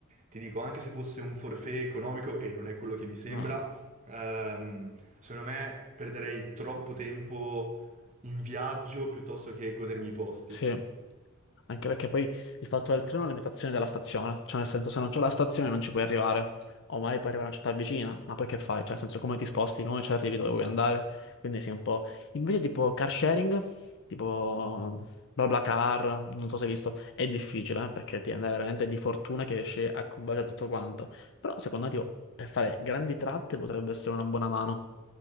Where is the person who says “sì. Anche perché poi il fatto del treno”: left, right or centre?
Left